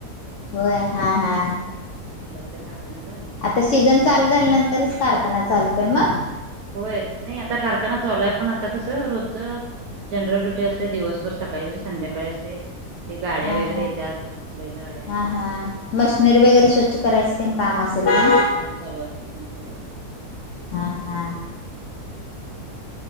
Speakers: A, on the left; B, on the right.
A: होय हा हा.
B: दत्त कारखान्याला आहेत
A: तर सीजन चालू झाल्यानंतरच कारखाना चालू काय मग.
B: होय नाही आता कारखाना चालू आहे पण आता कसं रोजच. जनरल ड्युटी असते दिवसभर सकाळी जाऊन संध्याकाळी असते. ते गाड्या
A: हा
B: वगैरे
A: हा
B: येतात बैलगाड्या.
A: हा हा. मशनरी वगैरे स्वच्छ करायचं. तेन काम असेल
B: हा
A: ना
B: ते काम चालू असत त्यांचं आता.
A: ह हा.
B: हम्म.